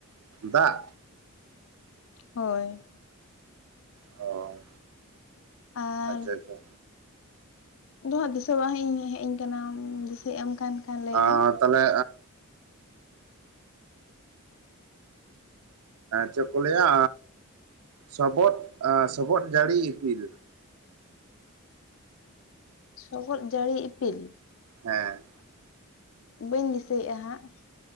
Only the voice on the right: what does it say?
ᱫᱟᱜ
ᱚ
ᱟᱪᱪᱷᱟ ᱟᱪᱪᱷᱟ
ᱟᱨ
ᱛᱟᱦᱚᱞᱮ ᱪᱮᱫ ᱠᱚ ᱞᱟᱹᱭᱟ ᱥᱚᱵᱚᱫ ᱥᱚᱵᱚᱫ ᱡᱟᱹᱲᱤ ᱤᱯᱤᱞ
ᱦᱮᱸ